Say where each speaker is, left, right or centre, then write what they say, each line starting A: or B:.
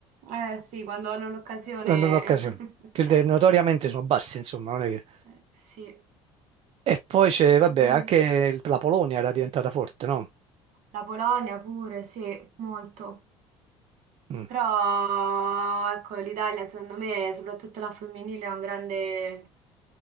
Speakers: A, on the right; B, on the right.
A: Eh sì, quando hanno l'occasione.
B: quando hanno occasione.
A: <laughs>
B: Che de- notoriamente sono bassi, insomma, non è che...
A: Eh, Sì, è
B: E poi c'è, vabbè,
A: vero.
B: anche il- la Polonia era diventata forte, no?
A: La Polonia pure, sì, molto.
B: Mm.
A: Però, ecco, l'Italia secondo me, soprattutto la femminile, ha un grande,